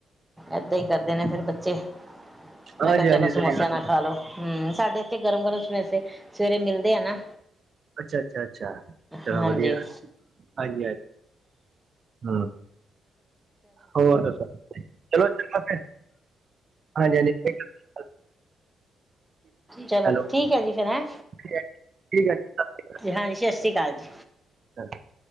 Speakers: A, in the centre; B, on the right.
A: ਏਦਾਂ ਹੀ ਕਰਦੇ ਨੇ ਫੇਿਰ ਬੱਚੇ, ਮੈਂ
B: ਹਾਂਜੀ-ਹਾਂਜੀ
A: ਕਿਹਾ ਚਲੋ ਸਮੋਸਿਆਂ
B: ਸਹੀ ਗੱਲ
A: ਨਾਲ ਖਾਲੋ ਹਮ, ਸਾਡੇ ਇੱਥੇ ਗਰਮ -ਗਰਮ ਸਮੇਸੇ ਸਵੇਰੇ ਮਿਲਦੇ ਆ ਨਾ।
B: ਅੱਛਾ ਅੱਛਾ, ਅੱਛਾ ਚਲੋ
A: ਹਾਂਜੀ
B: ਵਧੀਆ, ਹਾਂਜੀ -ਹਾਂਜੀ, ਹਮ- ਹੋਰ ਦੱਸੋ, ਚਲੋ ਠੀਕ ਹੈ ਫਿਰ, ਹਾਂਜੀ -ਹਾਂਜੀ।
A: ਚਲੋ
B: ਹੈਲੋ
A: ਠੀਕ ਹੈ ਜੀ, ਫੇਰ ਹੈਂ।
B: ਠੀਕ ਹੈ ਜੀ ਸਤਿ
A: ਹਾਂਜੀ, ਸਤਿ ਸ਼੍ਰੀ ਅਕਾਲ ਜੀ।
B: ਹਾਂ <inaudible>